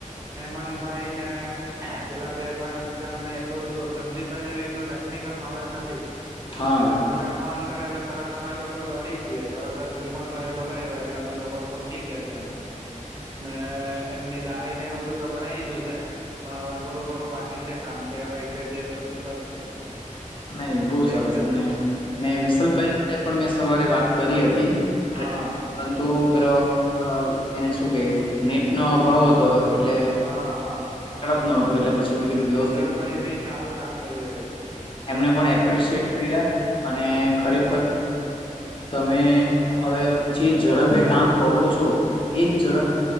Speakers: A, on the right; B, on the left.
A: હેમંત ભાઈ ને પેલા બે ભ જણ ને એટલું બધું સંદીપભાઈ ને એટલું ટેકનિકલ નોલેજ નથી
B: હા
A: એટલે મને ફોન કરટલે તરત અમે લોકો દોડી જ જીએ તરત જ વિમલ ભાઈ એ બોલાવી હોય એટલે અમે લોકો પહોંચી ગયા ત્યાં ને એમની ડાયી ને એવું બધું તો બનાવી દીધું છે પણ હવે થોડું ઘણું બાકી છે કામ તે હવે એક બે દિવસ પછી કરશું
B: નહી બહ
A: થઈ
B: સરસ
A: જ જશે
B: ને અને
A: હમ
B: વિશલભાઈ પણ મેં સવારે વાત કરી હતી ટ
A: હા
B: પરંતુ પેલો એને શું કે નેટ નો અભાવ હતો. એટલે
A: હા હા.
B: ન હતું એટલે પછી મેં કીધું વ્યવસ્થિત
A: વિશાલભાઈ બી સારું કામ કરી રહ્યા છે
B: એમને પણ એપ્રિશિએટ કર્યા અને
A: બરાબર
B: ખરેખર તમે હવે જે ઝડપે કામ કરો છો એજ ઝડપ